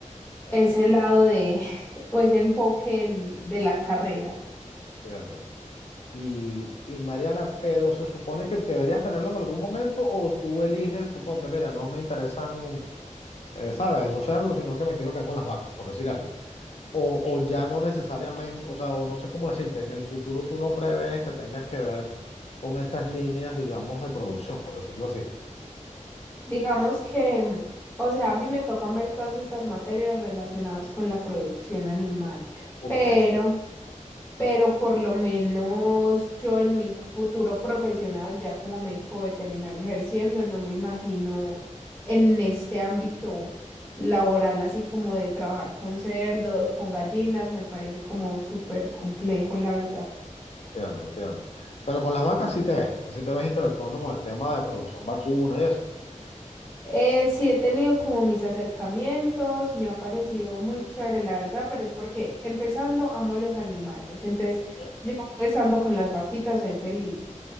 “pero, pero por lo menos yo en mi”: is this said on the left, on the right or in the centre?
Left